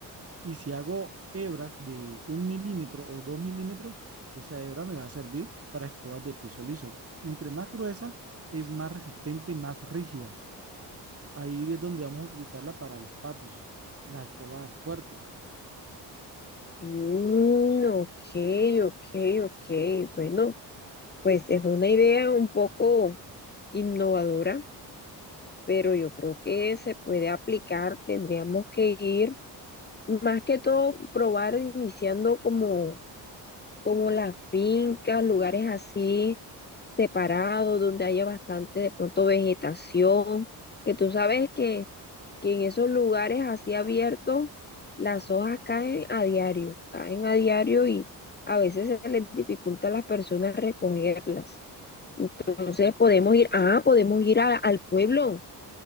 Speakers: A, on the right; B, on the left.
A: y si hago hebras de un milímetro o 2 milímetros, esa hebra me va a servir para escobas de piso liso. Entre más gruesa, es más resistente, más rígida. Ahí es donde vamos a utilizarla para los patios, las escobas fuertes.
B: Mm, ok, ok, ok. Bueno, pues es una idea un poco innovadora. pero yo creo que se puede aplicar, tendríamos que ir, más que todo, probar iniciando como, como las fincas, lugares así separados, donde haya bastante de pronto vegetación, que tú sabes que, que en esos lugares así abiertos las hojas caen a diario, caen a diario y a veces se les dificulta a las personas recogerlas. Entonces podemos ir, ah, podemos ir a- al pueblo